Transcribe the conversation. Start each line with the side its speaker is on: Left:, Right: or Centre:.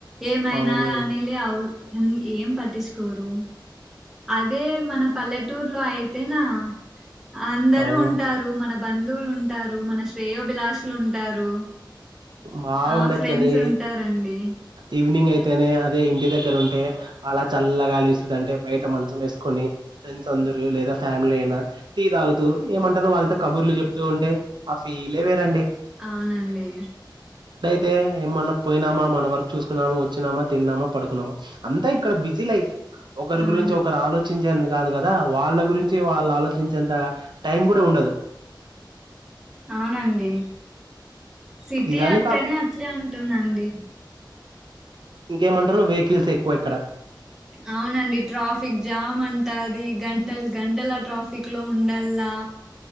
Centre: ఏమైనా
Right: అవునవును.
Centre: కానీ లే ఆం ఉమ్ ఏం పట్టించుకోరు అదే మన పల్లెటూరు లో అయితే నా అ అందరూ
Right: అవును.
Centre: ఉంటారు మన బంధువులు ఉంటారు మన శ్రేయోభిలాషులు ఉంటారు.
Right: మా
Centre: ఆ
Right: ఉండొచ్చండి
Centre: ఫ్రెండ్స్ ఉంటారండి
Right: ఈవినింగ్ అయి అతేనే అదే ఇంటి దగ్గర ఉంటే అలా చల్ల‌ గాలిస్తు అంటే బయట మంచం వేసుకొని ఫ్రెండ్స్ అందరూ నురు లేదా ఫ్యామిలీ అయినా టీ తాగుతూ ఏమంటారు వాళ్ళతో కబుర్లు చెప్పుతూ చెప్పుతూ ఉంటే ఆ ఫీలే వేరండి.
Centre: అవునండి.
Right: తే ఏమన్నా పోయినామా మన వర్క్ చూసుకున్నామా వచ్చినామా తిన్నామా పడుకున్నామా అంతా ఇక్కడ బిజీ లైఫ్ ఒకరు
Centre: అవును
Right: గురించి ఒకరు ఆలోచించి చించే అంత కాదు కదా వాళ్ళ గురించి వాళ్ళు ఆలోచించేంత టైం కూడా ఉండదు
Centre: అవునండి. సిటీ
Right: ఇదాన్ని
Centre: అంటేనే అట్లే ఉంటుంది అండి
Right: ఇంక ఏం అంటారు వెహికల్స్ ఎక్కువ ఇక్కడ
Centre: అవునండి ట్రాఫిక్ జామ్ అంటదీ గంటలు గంటల్ ట్రాఫిక్ లో ఉండా ఉండాలా